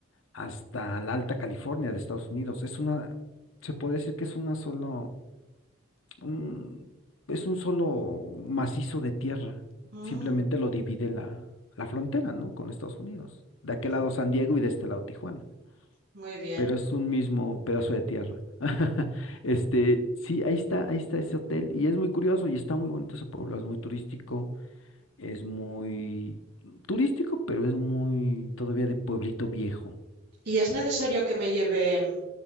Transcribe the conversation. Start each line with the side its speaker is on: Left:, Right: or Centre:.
Left: hasta la Alta California de Estados Unidos. Es una, se puede decir que es una sola. un- es un solo macizo de tierra.
Right: Mm,
Left: Simplemente lo divide la, la frontera, ¿no? Con Estados Unidos. De aquel
Right: mm,
Left: lado San Diego y de este lado Tijuana.
Right: muy bien.
Left: Pero es un mismo pedazo de tierra. <laughs> Este, sí, ahí está, ahí está ese hotel. Y es muy curioso y está muy bonito ese pueblo. Es muy turístico. Es muy turístico, pero es muy todavía de pueblito viejo.
Right: ¿Y es necesario que me lleve mm,